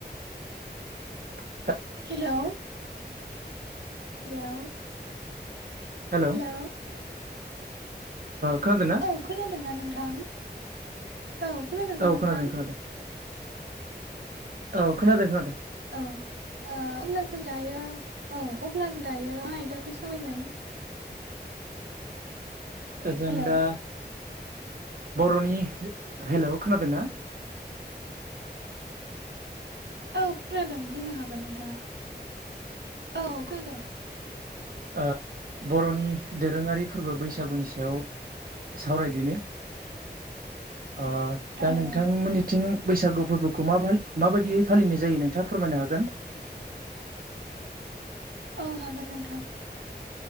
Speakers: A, on the right; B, on the right.
A: <inaudible>
B: Hello hello
A: हेल' ओ
B: hello
A: खोनादों ना
B: औ खोनादोंना नोंथां? औ खोनादोंना
A: औ
B: नोंथां?
A: खोनादों खोनादों औ खोनादों खोनादों
B: औ ओ अब्ला जों दायो औ अब्ला जों दायो मा आयदाखौ सावरायगोन?
A: ओजों
B: हेलौ
A: दा बर'नि, हेलौ खोनादोंना?
B: औ खोनादों बुंनो हागोन नोंथाङा औ खोनादों।
A: ओ बर'नि दोरोङारि फोरबो बैसागुनि सि बेयाव सावरायदिनि। ओ दा
B: औ
A: नोंथांमोननिथिं
B: औ
A: बैसागु फोरबोखौ मा <unintelligible> माबायदियै फालिनाय जायो नोंथाङा फोरमायनो हागोन।
B: औ हागोन नोंथां।